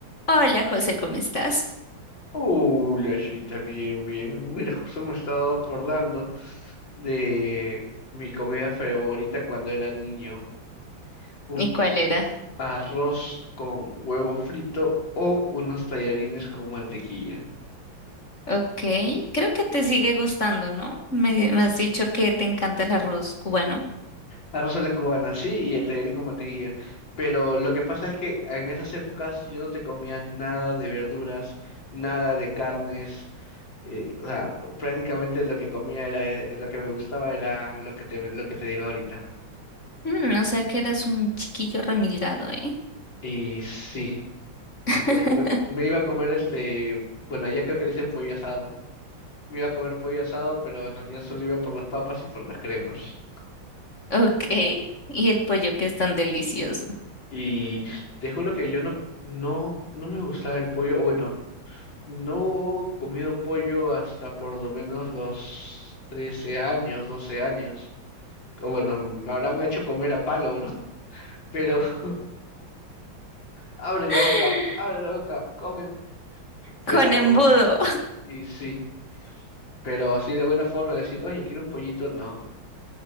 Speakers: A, on the left; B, on the left.
A: Hola José, ¿cómo estás?
B: Uh, la chita, bien, bien. Mira, justo me estaba acordando de mi comida favorita cuando era niño. Un
A: ¿Y cuál era?
B: arroz con huevo frito o unos tallarines con mantequilla.
A: Ok, creo que te sigue gustando, ¿no? Me, me has dicho que te encanta el arroz cubano.
B: Arroz a la cubana, sí, y el tallarín con mantequilla. Pero lo que pasa es que en esas épocas yo no te comía nada de verduras, nada de carnes. eh, o sea, prácticamente lo que comía era, eh, lo que me gustaba era lo que te, lo que te digo ahorita.
A: Mm, o sea que eras un chiquillo remilgado, ¿eh?
B: Y sí.
A: <laughs>
B: Me co- me iba a comer este, bueno, allá creo que le dicen pollo asado. Me iba a comer pollo asado, pero en realidad solo iba por las papas y por las cremas.
A: Ok, y el pollo que es tan delicioso.
B: Y te juro que yo no, no, no me gustaba el pollo. o Bueno, no he comido pollo hasta por lo menos los 13 años, 12 años. O bueno, me habrán hecho comer a palo, ¿no? <laughs> Pero <laughs> abre la
A: <laughs>
B: boca, abre la boca, comen. Pero,
A: Con embudo.
B: y sí, pero así de buena forma decir, oye, quiero un pollito, no.